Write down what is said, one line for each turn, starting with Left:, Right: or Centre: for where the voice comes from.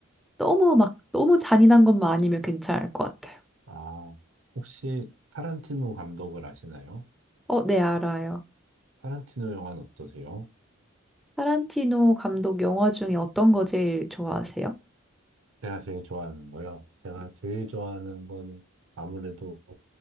Centre: 너무 막 너무 잔인한 것만 아니면 괜찮을 것 같아요.
Right: 아, 혹시 타란티노 감독을 아시나요?
Centre: 어, 네, 알아요.
Right: 타란티노 영화는 어떠세요?
Centre: 타란티노 감독 영화 중에 어떤 거 제일 좋아하세요?
Right: 제가 제일 좋아하는 거요. 제가
Centre: 네.
Right: 제일 좋아하는 거는 아무래도